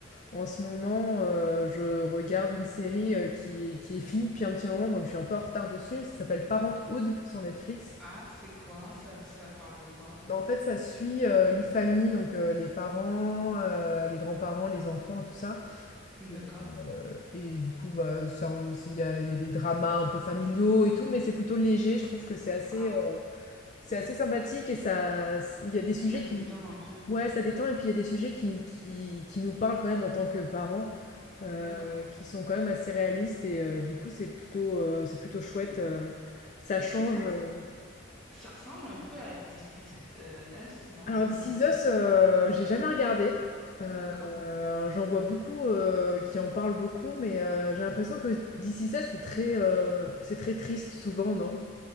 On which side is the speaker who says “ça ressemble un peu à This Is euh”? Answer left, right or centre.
Centre